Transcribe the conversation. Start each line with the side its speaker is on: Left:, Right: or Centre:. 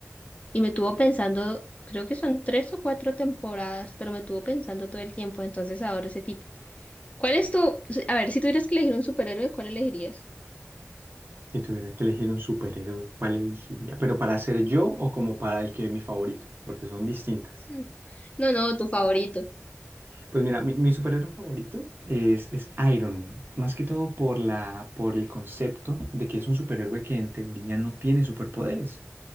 Left: y me tuvo pensando, creo que son tres o cuatro temporadas, pero me tuvo pensando todo el tiempo, entonces adoro ese tipo. ¿Cuál es tu, a ver, si tuvieras que elegir un superhéroe, ¿cuál elegirías?
Right: Si tuviera que elegir un superhéroe, ¿cuál elegiría? ¿Pero para ser yo o como para el que es mi favorito? Porque son distintas.
Left: Mm, No, no, tu favorito.
Right: Pues mira, mi, mi superhéroe favorito es, es Iron Man, más que todo por la, por el concepto de que es un superhéroe que en teoría no tiene superpoderes.